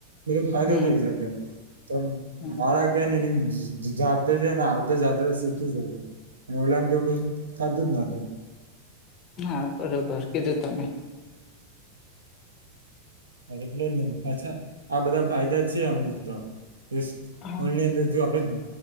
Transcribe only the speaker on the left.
હમ
હમ
હા બરોબર કીધું તમે.
હા